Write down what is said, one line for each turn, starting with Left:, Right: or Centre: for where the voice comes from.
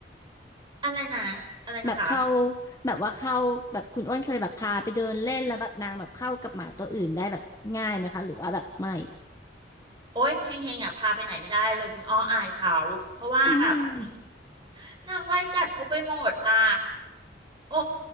Right: อะไรนะอะไรนะคะ
Left: แบบเข้าแบบว่าเข้าแบบคุณอ้วนเคยแบบพาไปเดินเล่นแล้วแบบนางแบบเข้ากับหมาตัวอื่นได้แบบง่ายไหมคะหรือว่าแบบไม่
Right: โอ๊ยเฮงเฮงอ่ะพาไปไหนไม่ได้เลยคุณอ้ออายเขาเพราะว่าแบบ
Left: ทำไมอ่ะ
Right: <laughs> นางไล่กัดเขาไปหมดอ่ะโอ้